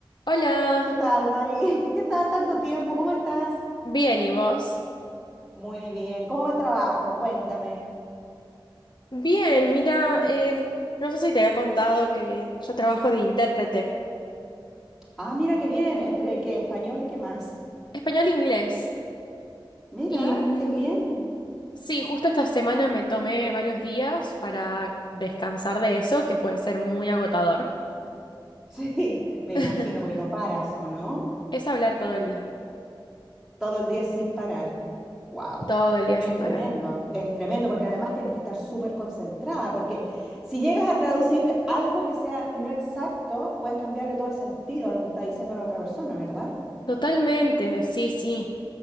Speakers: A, on the left (about 60°); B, in the centre.
A: Hola,
B: ¿Qué tal, Mari? <laughs> ¿Qué tal tanto tiempo? ¿Cómo estás?
A: bien, ¿y vos?
B: Muy bien. ¿Cómo va el trabajo? Cuéntame.
A: Bien, mira, em, no sé si te había contado que yo trabajo de intérprete
B: Ah, mira qué bien. ¿Entre qué? ¿Español y qué más?
A: español-inglés.
B: Mira,
A: Y mm,
B: qué bien. <laughs>
A: sí, justo esta semana me tomé varios días para descansar de eso, que puede ser muy agotador.
B: Sí, me imagino,
A: <laughs>
B: porque no paras, ¿o no?
A: Es hablar todo el día,
B: Todo el día sin parar. Wow.
A: todo el día
B: Es
A: sin
B: tremendo,
A: parar.
B: es tremendo, porque además tienes que estar súper concentrada, porque si llegas a traducir algo que sea no exacto, puedes cambiarle todo el sentido a lo que está diciendo la otra persona, ¿verdad?
A: Totalmente, sí, sí.